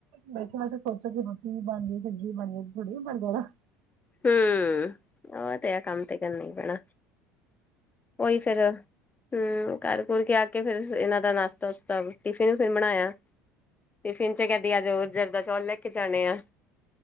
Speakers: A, on the right; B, on the left.
A: ਬੈਠੇ ਬੈਠੇ ਸੋਚੋ ਸਬਜ਼ੀ ਬਣ ਗਈ ਰੋਟੀ ਬਣ ਗਈ ਇਦਾਂ ਥੋੜੀ ਬਣ ਜਾਏਗਾ
B: ਹਮ ਉਹ ਤੇ ਆ ਕੰਮ ਤੇ ਕਰਨੇ ਹੀ ਪੈਣਾ ਉਹੀ ਫੇਰ ਹਮ ਘਰ ਘੁਰ ਕੇ ਆ ਕੇ ਫਿਰ ਇਹਨਾਂ ਦਾ ਨਾਸ਼ਤਾਸ਼ਤਾ ਨੁਸਤਾ ਟਿਫਿਨ ਫਿਰ ਬਣਾਇਆ ਟਿਫਿਨ ਚ ਕਹਿੰਦੀ ਆ ਜੋ ਜਰ ਦਾ ਚੌਲ ਲੈ ਕੇ ਜਾਣੇ ਆ